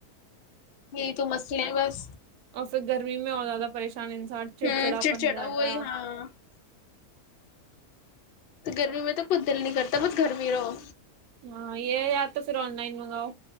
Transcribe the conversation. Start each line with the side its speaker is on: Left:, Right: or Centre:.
Left: یہی تو مسئلے ہیں بس
Right: اور پھر گرمی میں اور زیادہ پریشان انسان چڑچڑا
Left: ہوں
Right: پرن ہو جاتا
Left: وہی
Right: ہے اور
Left: ہاں تو گرمی میں تو کچھ دل نہیں کرتا بس گرمی ہی رہو
Right: ہاں یہ یار تو پھر آن لائن منگاؤ